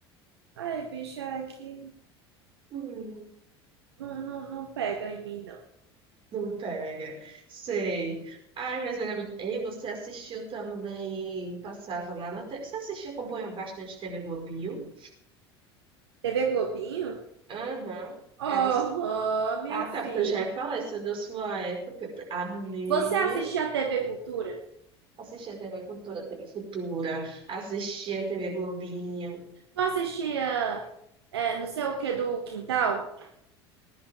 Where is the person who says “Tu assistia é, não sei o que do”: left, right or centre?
Right